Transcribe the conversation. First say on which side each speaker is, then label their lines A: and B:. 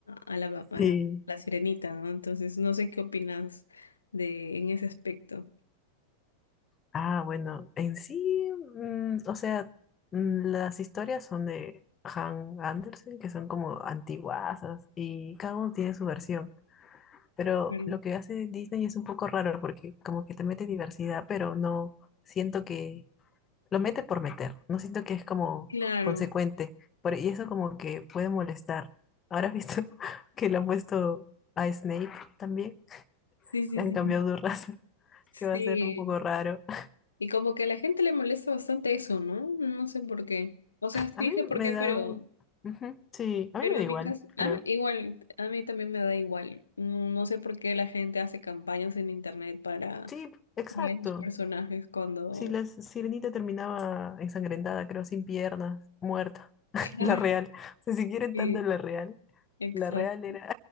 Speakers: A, on the left (about 75°); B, on the left (about 25°).
A: a la, a
B: Sí.
A: la sirenita, ¿no? Entonces, no sé qué opinas de en ese aspecto.
B: Ah, bueno, en sí, mm, o sea, mm, las historias son de Han Andersen, que son como antiguasas, y cada uno tiene su versión. Pero
A: Claro.
B: lo que hace Disney es un poco raro porque como que te mete diversidad, pero no siento que lo mete por meter, no siento que es como
A: Claro.
B: consecuente. Por, y eso como que puede molestar. Ahora has visto <laughs> que le han puesto a Snape también,
A: Sí, sí,
B: le han cambiado
A: sí.
B: su raza, <laughs>
A: Sí.
B: que va a ser un poco raro. <laughs>
A: Y como que a la gente le molesta bastante eso, ¿no? No sé por qué. O sea, sí
B: A mí
A: sé por
B: me
A: qué,
B: da
A: pero,
B: un... Ujú, sí, a
A: pero
B: mí me
A: en
B: da igual,
A: mi caso, a
B: creo.
A: mí- igual, a mí también me da igual. No, no sé por qué la gente hace campañas en internet para
B: Sí, exacto.
A: para esos personajes cuando...
B: Sí, la sirenita terminaba ensangrentada, creo, sin piernas, muerta. <laughs>
A: Claro,
B: La real. O sea, si quieren
A: sí,
B: tanto la real.
A: exacto.
B: La real era,